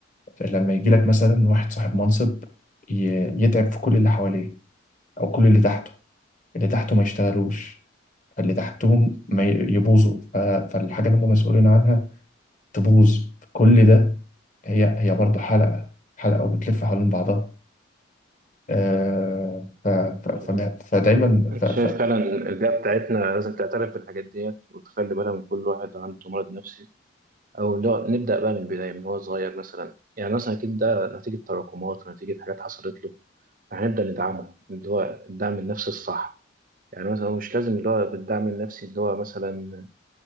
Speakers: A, on the left; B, on the right.
A: لما يجيلك مثلا واحد صاحب منصب ي- يتعب في كل اللي حواليه أو كل اللي تحته اللي تحته ما يشتغلوش فاللي تحتهم ما ي- يبوظوا ف- فالحاجة اللي هم مسؤولين عنها تبوظ كل ده هي هي برضه حلقة حلقة وبتلف حوالين بعضها آه ف ف فما-
B: آه،
A: فدايما
B: انت
A: ف ف
B: شايف فعلا البيئة بتاعتنا لازم تعترف بالحاجات ديت وتخلي بالها من كل واحد عنده مرض نفسي او لا نبدأ بقى من البداية من هو صغير مثلا يعني مثلا اكيد ده نتيجة تراكمات ونتيجة حاجات حصلت له فهنبدأ ندعمه اللي هو الدعم النفسي الصح يعني مثلا هو مش لازم اللي هو بالدعم النفسي اللي هو مثلا